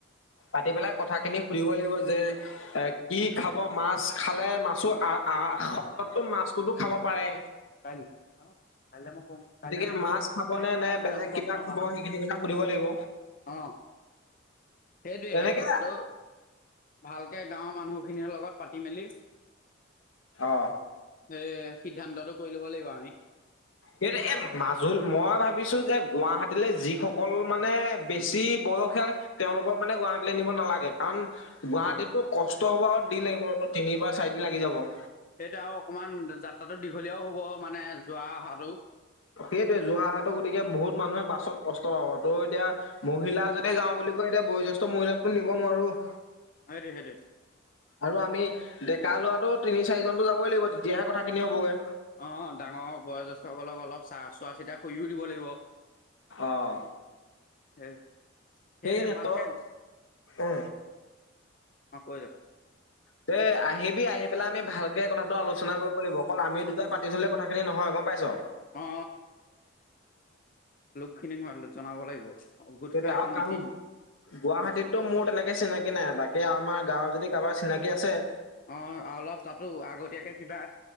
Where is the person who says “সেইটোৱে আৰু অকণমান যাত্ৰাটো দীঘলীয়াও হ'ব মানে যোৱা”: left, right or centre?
Left